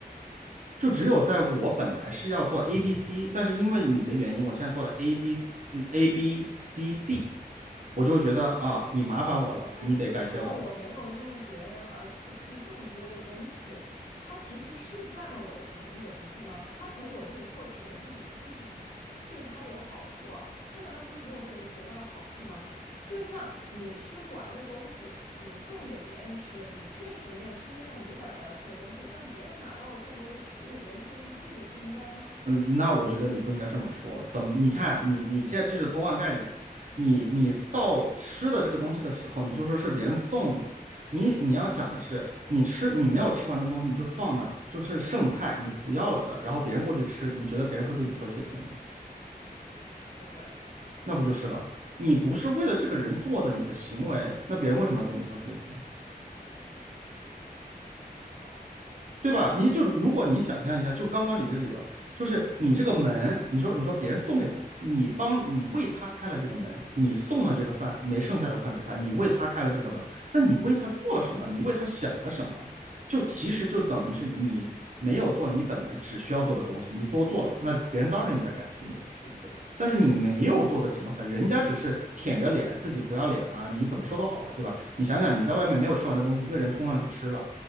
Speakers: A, on the right; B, on the left.
A: 就只有在我本来是要做 A B C，但是因为你的原因，我现在做了 A B C 呃 A B C D，我就会觉得啊，你麻烦我了，
B: 但就算我没有因为别人而付出更多的东西，
A: 你得感谢我，
B: 他其实是占了我的便宜的，不是吗？他从我这里获取了利益，就是对他有好处啊。他难道不是从我这里得到了好处吗？就像你吃不完的东西，你送给别人吃，你确实没有牺牲掉你本来要吃的东西了，但别人拿到了更多的食物，别人说一句谢谢，不应该吗？
A: 嗯，那我觉得你不应该这么说。怎么？你看，你你这这是偷换概念了。你你到吃的这个东西的时候，你就说是别人送的。你你要想的是，你吃你没有吃完的东西，你就放那儿，就是剩菜，你不要了的。然后别人过去吃，你觉得别人会对你说谢谢吗？
B: 不会
A: 那不就是了？你不是为了这个人做的你的行为，那别人为什么要对你说谢谢呢？
B: 哦，
A: 对吧？你就你，如果你想象一下，就刚刚你这个理由，就是你这个门，你说你说别人送给他，你帮你为他开了这个门，你送了这个饭没剩下的饭给他，你为他开了这个门，那你为他做了什么？你为他想了什么？就其实就等于是你没有做你本来只需要做的东西，你多做了，那别人当然应该感谢你了，对不对？但是你没有做的情况下，人家只是舔着脸自己不要脸啊，你怎么说都好吧，对吧？你想想你在外面没有吃完的东西，一个人冲上去吃了。